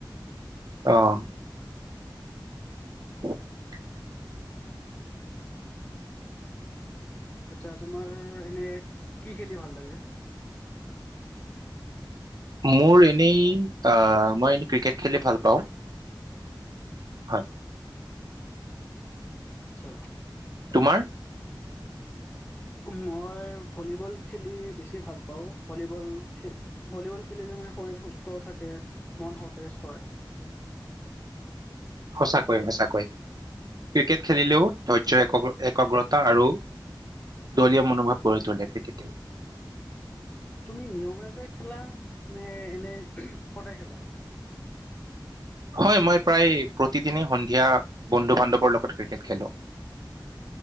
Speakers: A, on the right; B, on the left.
A: অ', <inaudible>
B: আচ্ছা তোমাৰ, এনে কি খেলি ভাল লাগে?
A: মোৰ এনেই মই এনেই ক্ৰিকেট খেলি ভাল পাওঁ। হয়।
B: আচ্ছা,
A: তোমাৰ?
B: মই ভলীবল খেলি বেছি ভাল পাওঁ, ভলীবল খ ভলীবল খেলিলে মানে শৰীৰ সুস্থ থাকে মন সতেজ হয়।
A: সঁচাকৈয়ে -সঁচাকৈয় ক্ৰিকেট খেলিলেও ধৈৰ্য এক একাগ্ৰতা আৰু দলীয় মনোভাৱ গঢ় তলে ক্ৰিকেটে।
B: তুমি নিয়ম একে খেলা নে এনে সদায় খেলা?
A: হয় মই প্ৰায় প্ৰতিদিনেই সন্ধিয়া বন্ধু বান্ধৱৰ লগত ক্ৰিকেট খেলো।